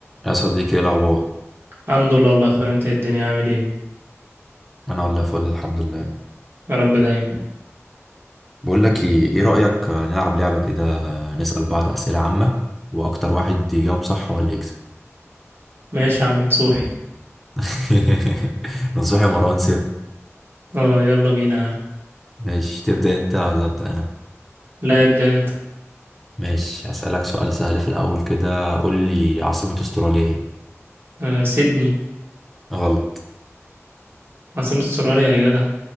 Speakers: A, in the centre; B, on the right.
A: يا صديقي ايه الاخبار
B: الحمد لله والله يا اخويا انت إيه الدنيا عامل ايه
A: انا والله فل الحمد لله
B: يا رب دايما
A: بقول لك ايه إيه رايك نلعب لعبه كده نسال بعض اسئله عامه واكتر واحد يجاوب صح هو اللي يكسب
B: ماشي يا عم نصوحي
A: <laughs> نصوحي يا مروان سير
B: اه يلا بينا يا عم
A: ماشي تبدا انت ولا ابدا انا
B: لا ابدأ انت
A: ماشي هسالك سؤال سهل في الاول كده قول لي عاصمه استراليا ايه
B: آه سيدني
A: غلط
B: عاصمة استراليا يا جدع